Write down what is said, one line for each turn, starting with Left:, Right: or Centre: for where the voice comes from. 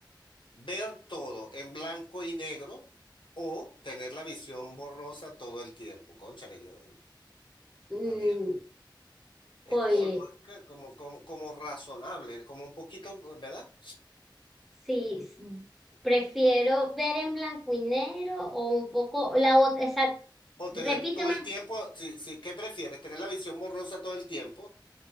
Left: ¿Ver todo en blanco y negro o tener la visión borrosa todo el tiempo? Cónchale, yo,
Centre: Mm,
Left: a ver, es
Centre: oye,
Left: como, lógica, como, como, como razonable, como un poquito, ¿verdad?
Centre: sí. s- Prefiero ver en blanco y negro o un poco, la, ot-
Left: O tener
Centre: repíteme,
Left: todo el tiempo, si, si, ¿qué prefieres? ¿Tener la visión borrosa todo el tiempo